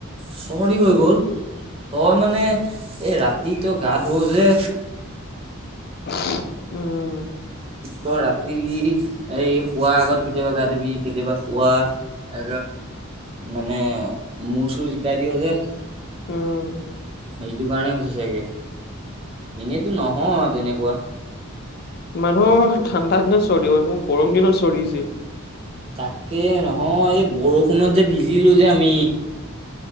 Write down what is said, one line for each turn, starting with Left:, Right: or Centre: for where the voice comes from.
Right: চৰ্দি হৈ গ'ল তই মানে এই ৰাতিটো গা ধুওঁ যে।
Left: <unintelligible> উম,
Right: তয় ৰাতি এই শোৱাৰ আগত কেতিয়াবা গা ধুবি কেতিয়াবা খোৱা এ মানে মূৰ চুৰ জিকাই দিয় যে।
Left: উম,
Right: সেইটো কাৰণে হৈছে চাগে, এনেতো নহয় তেনেকুৱা।
Left: মানুহৰ ঠাণ্ডা দিনত চৰ্দি হয়, মোৰ গৰম দিনত চৰ্দি হৈছে।
Right: তাকে নহয় এই বৰষুণত যে ভিজিলোঁ যে আমি।